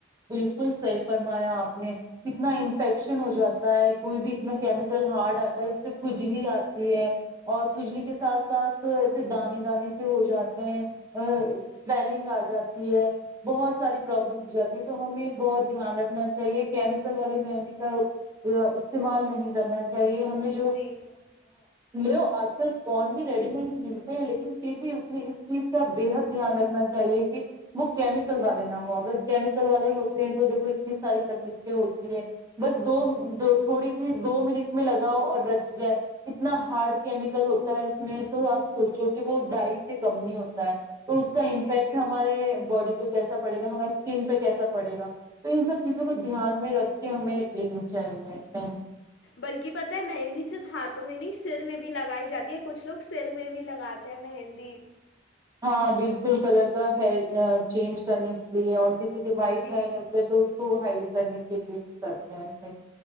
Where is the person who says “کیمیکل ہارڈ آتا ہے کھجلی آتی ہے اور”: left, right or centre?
Right